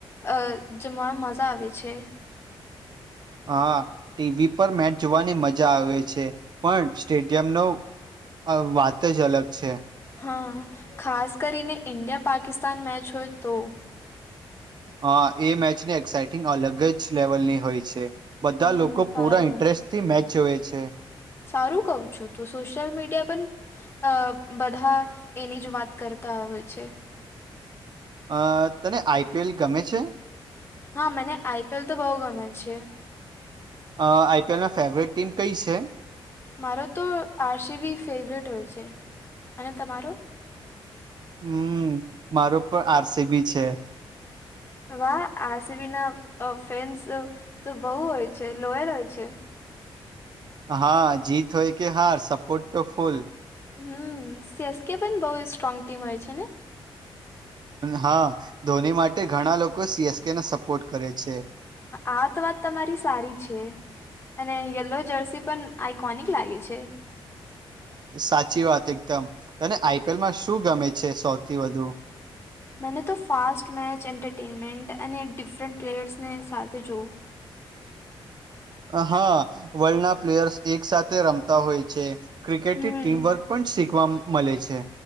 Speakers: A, on the left (about 25°); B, on the right (about 50°).
A: અ જોવામાં મજા આવે છે.
B: હા ટીવી પર મેચ જોવાની મજા આવે છે પણ સ્ટેડિયમનો વાત જ અલગ છે.
A: હા ખાસ કરીને ઇન્ડિયા અને પાકિસ્તાન મેચ હોય તો
B: હા એ મેચની એક્સાઇટિંગ અલગ જ લેવલની હોય છે. બધા
A: હમ
B: લોકો
A: સારું
B: પુરા ઇન્ટરેસ્ટ થી મેચ જોય છે.
A: સારું કવ છું તું સોશિયલ મીડિયા પણ અ બંધા એની જ વાત કરતા હોય છે.
B: હા તને આઈપીએલ ગમે છે.
A: હા મને આઈપીએલ તો બહુ ગમે છે.
B: અ આઈપીએલ ના ફેવરેટ ટીમ કઈ છે.
A: મારો તો આરસીબી ફેવરેટ હોય છે અને તમારો
B: હમ્મ મારો પણ આરસીબી છે.
A: વાહ આરસીબીના ફેન્સ તો બહુ હોય છે લોયલ હોય છે.
B: હા જીત હોય કે હાર સપોર્ટ તો ફૂલ
A: હમ સીએસકે પણ બહુ સ્ટ્રોંગ ટીમ હોય છે. ને
B: હા ધોની માટે ઘણા લોકો સીએસકેને સપોર્ટ કરે છે.
A: આ તો વાત તમારી સારી છે. અને યલો જર્સી પણ આઈકોનિક લાગે છે.
B: સાચી વાત એકદમ તને આઈપીએલ માં શું ગમે છે. સૌથી વધુ
A: મને તો ફાસ્ટ મેચ એન્ટરટેનમેન્ટ અને ડિફરન્ટ પ્લેયર્સને સાથે જોવું
B: હા વર્લ્ડના પ્લેયર્સ એક સાથે રમતા હોય છે ક્રિકેટ
A: હમ
B: ટીમવર્ક પણ શીખવા મળે છે.